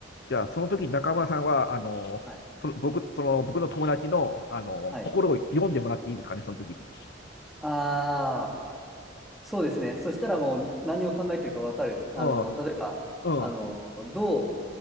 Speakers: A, on the left; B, in the centre.
A: じゃあ、その時に中村さんは、あの、
B: はい。
A: その僕、その僕の友達の、あの、
B: はい。
A: 心を読んでもらっていいですかね、その時に。
B: ああ、そうですね。そしたらもう何を考えてるかわかる。あの、
A: うん。
B: 例えば、
A: うん。
B: あの、ど